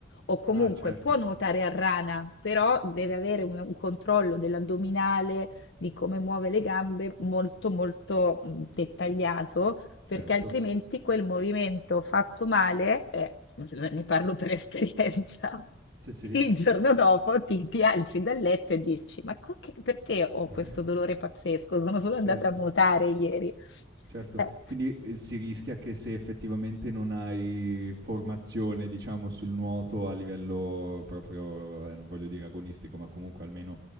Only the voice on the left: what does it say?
O comunque
può nuotare a rana, però deve avere un un controllo dell'addominale, di come muove le gambe molto molto mh, dettagliato,
perché altrimenti quel movimento fatto male, eh, ne parlo per esperienza,
<laughs> il giorno dopo ti, ti alzi dal letto e dici, ma co- che- perché ho
questo dolore pazzesco? Sono solo
andata a nuotare ieri.
Eh,